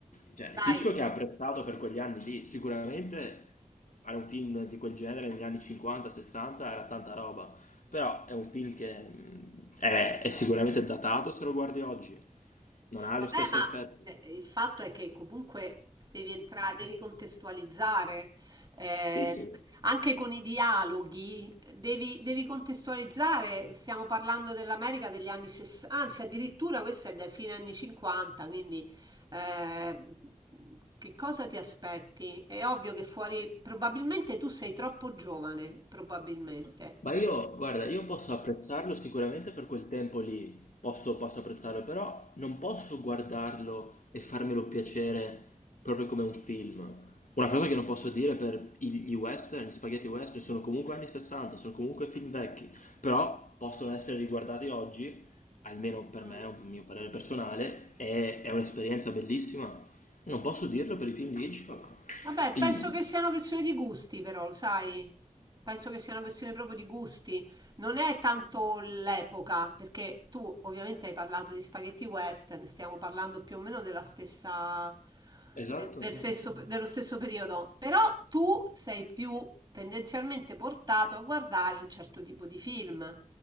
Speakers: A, on the left; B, on the right.
A: cioè,
B: Dai.
A: Hitchcock è apprezzato per quegli anni lì, sicuramente fare un film di quel genere negli anni 50-60 era tanta roba, però è un film che mh, è, è sicuramente datato se lo guardi oggi, non ha
B: Vabbè,
A: lo stesso
B: ma
A: effetto.
B: eh, il fatto è che comunque devi entrare, devi contestualizzare, eh,
A: Sì, sì.
B: anche con i dialoghi, devi, devi contestualizzare. Stiamo parlando dell'America degli anni 60, anzi, addirittura questa è del fine anni 50, quindi eh, che cosa ti aspetti? È ovvio che fuori, probabilmente tu sei troppo giovane, probabilmente.
A: Ma io, guarda, io posso apprezzarlo sicuramente per quel tempo lì, posso, posso apprezzarlo, però non posso guardarlo e farmelo piacere proprio come un film. Una cosa che non posso dire per i- gli western, gli spaghetti western, sono comunque anni 60, sono comunque film vecchi, però possono essere riguardati oggi, almeno per
B: Mm.
A: me, è un mio parere personale, è, è un'esperienza bellissima. Non posso dirlo per i film di Hitchcock.
B: Vabbè,
A: Il-
B: penso che sia una questione di gusti, però, lo sai? Penso che sia una questione proprio di gusti. Non è tanto l'epoca, perché tu ovviamente hai parlato di spaghetti western, stiamo parlando più o meno della stessa,
A: Esatto,
B: de- del stesso- dello stesso periodo, però tu sei più tendenzialmente portato a guardare un certo tipo di film.